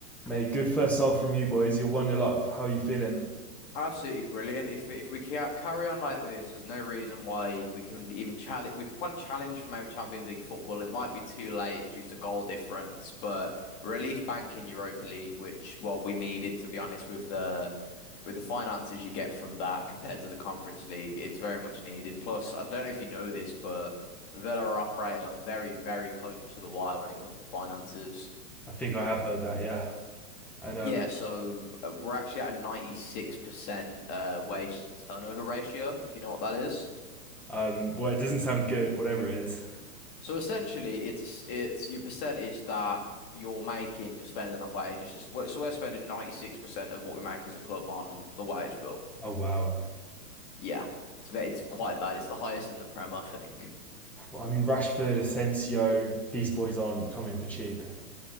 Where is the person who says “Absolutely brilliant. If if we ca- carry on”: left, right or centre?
Left